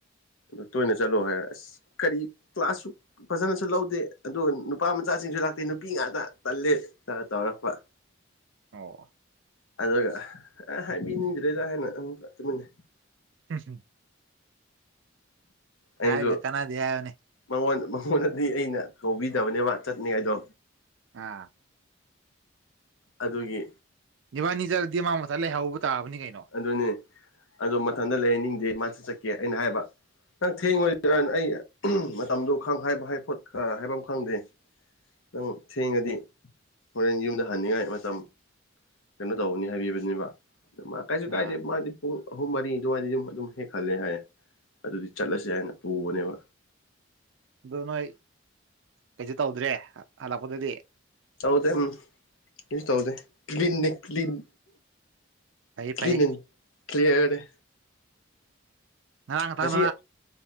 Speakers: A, on the left; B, on the right.
A: ꯑꯗꯨ ꯇꯣꯏꯅ ꯆꯠꯂꯣ ꯍꯥꯏꯔꯦ ꯑꯁ ꯀꯔꯤ ꯀ꯭ꯂꯥꯁꯁꯨ ꯐꯖꯅꯁꯨ ꯂꯧꯗꯦ ꯑꯗꯨꯒ ꯅꯨꯄꯥ ꯃꯆꯥꯁꯤꯡꯁꯨ ꯂꯥꯛꯇꯦ ꯅꯨꯄꯤ ꯉꯥꯛꯇ ꯇꯜꯂꯦ ꯇꯧꯔꯛꯄ
B: ꯑꯣ
A: ꯑꯗꯨꯒ ꯍꯥꯏꯕꯤꯅꯤꯡꯗ꯭ꯔꯦꯗ ꯍꯥꯏꯦꯅ ꯑꯃꯨꯛ ꯇꯨꯃꯤꯟꯅ
B: ꯎ
A: ꯑꯩꯁꯨ
B: ꯍꯥꯏꯔꯒ ꯀꯅꯥꯗꯦ ꯍꯥꯏꯕꯅꯦ
A: ꯃꯉꯣꯟ ꯃꯉꯣꯟꯗꯗꯤ ꯑꯩꯅ ꯀꯧꯕꯤꯗꯕꯅꯦꯕ ꯆꯠꯅꯤꯡꯉꯥꯏꯗꯣ
B: ꯑꯥ
A: ꯑꯗꯨꯒꯤ
B: ꯏꯕꯥꯅꯤ ꯆꯂꯗꯤ ꯃꯥꯥ ꯃꯊꯟ ꯂꯩꯍꯧꯕ ꯇꯥꯕꯅꯤ ꯀꯩꯅꯣ
A: ꯑꯗꯨꯅꯦ ꯑꯗꯣ ꯃꯊꯟꯗ ꯂꯩꯅꯤꯡꯗꯦ ꯃꯥꯁꯨ ꯆꯠꯀꯦ ꯑꯩꯅ ꯍꯥꯏꯕ ꯅꯪ ꯊꯦꯡꯉꯣꯏ ꯑꯩ ꯃꯇꯝꯗꯣ ꯈꯪ ꯍꯥꯏꯕ ꯍꯥꯏ ꯈꯣꯠ ꯈꯔ ꯍꯥꯏꯐꯝ ꯈꯪꯗꯦ ꯅꯪ ꯊꯦꯡꯉꯗꯤ ꯍꯣꯔꯦꯟ ꯌꯨꯝꯗ ꯍꯟꯅꯤꯡꯉꯥꯏ ꯃꯇꯝ ꯀꯩꯅꯣ ꯇꯧꯕꯅꯤ ꯍꯥꯏꯕꯤꯕꯗꯨꯅꯤꯕ ꯑꯗꯨ ꯃ ꯀꯥꯏꯁꯨ ꯀꯥꯏꯗꯦ
B: ꯑꯥ
A: ꯃꯥꯗꯤ ꯄꯨꯡ ꯑꯍꯨꯝ ꯃꯔꯤ ꯑꯗꯨꯋꯥꯏꯗ ꯌꯨꯝ ꯑꯗꯨꯝ ꯍꯦꯛꯍꯜꯂꯦ ꯍꯥꯏꯌꯦ ꯑꯗꯨꯗꯤ ꯆꯠꯂꯁꯦ ꯍꯥꯏꯅ ꯄꯨꯕꯅꯦꯕ
B: ꯑꯗꯨ ꯅꯣꯏ ꯀꯩꯁꯨ ꯇꯧꯗ꯭ꯔꯦ ꯍꯜꯂꯛꯄꯗꯗꯤ
A: ꯇꯧꯗꯦ ꯎꯝ ꯀꯩꯁꯨ ꯇꯧꯗꯦ ꯀ꯭ꯂꯤꯟꯅꯦ ꯀ꯭ꯂꯤꯟ
B: ꯐꯩ
A: ꯀ꯭ꯂꯤꯟ
B: ꯐꯩ
A: ꯑꯦꯟ ꯀ꯭ꯂꯤꯌꯥꯔꯅꯦ
B: ꯉꯔꯥꯡ ꯉꯇꯥꯡ
A: ꯉꯁꯤ